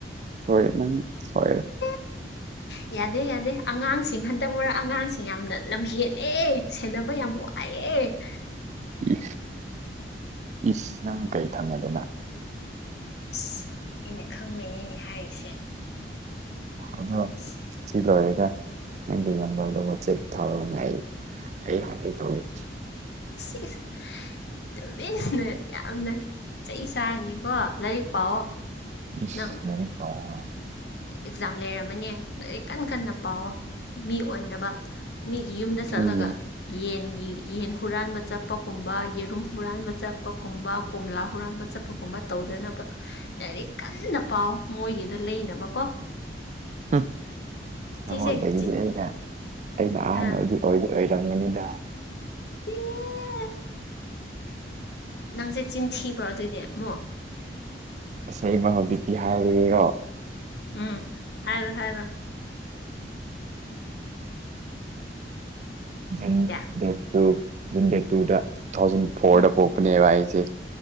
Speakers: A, on the right; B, on the left.
A: ꯁꯣꯏꯔꯦ ꯅꯪ ꯁꯣꯏꯔꯦ
B: ꯂꯧꯁꯤꯟꯕ ꯉꯝꯗꯕ ꯌꯥꯗꯦ ꯌꯥꯗꯦ ꯑꯉꯥꯡꯁꯤꯡ ꯍꯟꯗꯛ ꯃꯔꯛ ꯑꯉꯥꯡꯁꯤꯡ ꯌꯥꯝꯅ ꯂꯝꯍꯦꯜꯂꯦ ꯁꯦꯟꯅꯕ ꯌꯥꯝ ꯋꯥ ꯑꯥꯏꯌꯦ
A: ꯏ ꯏꯁ ꯅꯪ ꯀꯩ ꯈꯪꯉꯗꯅ
B: ꯏꯁ ꯑꯩꯅ ꯈꯪꯕꯩꯅꯤꯅꯦ ꯍꯥꯏꯔꯤꯁꯦ
A: ꯑꯗꯣ
B: <inaudible>
A: ꯁꯤ ꯂꯣꯏꯔꯒ ꯅꯪꯒꯤ ꯅꯝꯕꯔꯗꯣ ꯋꯥꯆꯦꯞ ꯊꯥꯔꯣꯅꯦ ꯑꯩ ꯑꯩ ꯍꯥꯏ ꯇꯧꯒꯦ
B: ꯁꯤ ꯏꯁ ꯍꯍ ꯇꯨꯃꯤꯟꯅ ꯌꯥꯝꯅ ꯆꯩ ꯆꯥꯔꯅꯤꯀꯣ ꯂꯥꯏꯔꯤꯛ ꯄꯥꯎꯑꯣ
A: ꯏꯁ
B: ꯅꯪ
A: ꯂꯥꯏꯔꯤꯛ ꯄꯥꯎ ꯀꯥꯏꯅꯥ
B: ꯑꯦꯛꯖꯥꯝ ꯂꯩꯔꯝꯃꯅꯦ ꯂꯥꯏꯔꯤꯛ ꯀꯟ ꯀꯟꯅ ꯄꯥꯎꯋꯣ ꯃꯤ ꯑꯣꯏꯅꯕ ꯃꯤꯒꯤ ꯌꯨꯝꯗ ꯆꯠꯂꯒ
A: ꯎꯝ
B: ꯌꯦꯟꯒꯤ ꯌꯦꯟ ꯍꯨꯔꯥꯟꯕ ꯆꯠꯄꯀꯨꯝꯕ ꯌꯦꯔꯨꯝ ꯍꯨꯔꯥꯟꯕ ꯆꯠꯄꯀꯨꯝꯕ ꯀꯣꯝꯂꯥ ꯍꯨꯔꯥꯟꯕ ꯆꯠ ꯄꯨꯀꯨꯝꯕ ꯇꯧꯗꯅꯕ ꯂꯥꯏꯔꯤꯛ ꯀꯟꯅ ꯄꯥꯎ ꯃꯣꯏꯒꯤꯗꯣ ꯂꯩꯅꯕꯀꯣ
A: ꯍꯞ
B: ꯁꯤꯁꯦ
A: ꯅꯉꯣꯟꯗꯒꯤꯗꯤ
B: ꯆꯤ
A: ꯑꯩꯅ ꯑꯩꯅ ꯑꯍꯥꯟ
B: ꯑꯥ
A: ꯑꯣꯏꯗꯤ ꯑꯣꯏꯗꯤ ꯑꯣꯏꯔꯝꯒꯅꯤꯗ
B: ꯑꯦ ꯅꯪꯁꯦ ꯆꯤꯟꯊꯤꯕ꯭ꯔꯣ ꯑꯗꯨꯗꯤ ꯑꯃꯨꯛ
A: ꯑꯁꯦꯡꯕ ꯍꯧꯖꯤꯛꯇꯤ ꯍꯥꯏꯔꯒꯦꯀꯣ
B: ꯎꯝ ꯍꯥꯏꯔꯣ ꯍꯥꯏꯔꯣ
A: ꯖꯟ
B: ꯀꯌꯥ
A: ꯗꯦ ꯇ ꯖꯟꯗꯦ ꯇꯨꯗ ꯇꯨ ꯊꯥꯎꯖꯟ ꯐꯣꯔꯗ
B: ꯎꯝ
A: ꯄꯄꯅꯦ ꯋꯥꯏꯁꯦ